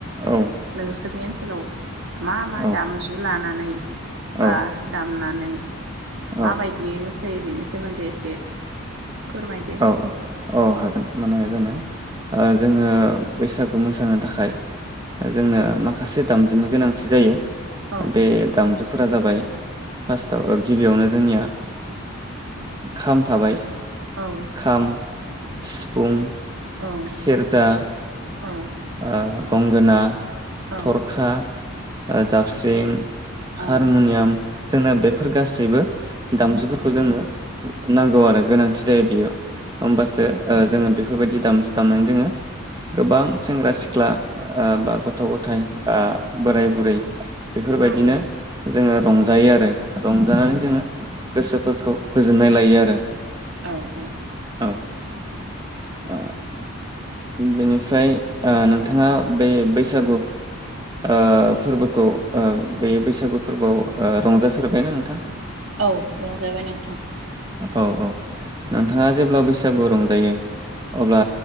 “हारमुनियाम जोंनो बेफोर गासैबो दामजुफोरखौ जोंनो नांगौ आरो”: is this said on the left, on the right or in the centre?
Right